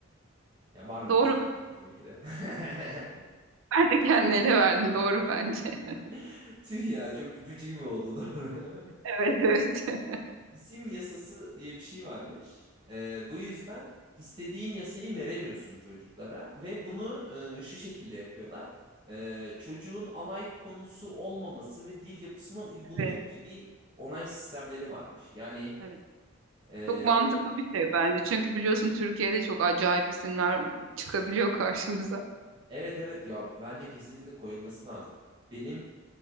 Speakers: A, on the right (about 25°); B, on the right (about 70°).
A: Ya var mıymış
B: Doğru. mu?
A: bilmiyorum tabii ki de. <laughs>
B: <laughs> Bence kendini ele verdin. Doğru bence.
A: <laughs>
B: <laughs>
A: Tüh ya çok ipucu gibi oldu doğru.
B: Evet evet. <laughs>
A: <laughs> İsim yasası diye bir şey varmış. Ee, bu yüzden istediğin yasayı veremiyorsun çocuklara ve bunu e, şu şekilde yapıyorlar. Ee, çocuğun alay konusu olmaması ve dil yapısına uygunluk
B: Evet,
A: gibi onay sistemleri varmış. Yani
B: evet.
A: e,
B: Çok mantıklı bir şey bence. Çünkü biliyorsun Türkiye'de çok acayip isimler çıkabiliyor karşımıza.
A: evet evet ya bence kesinlikle koyulması lazım. Benim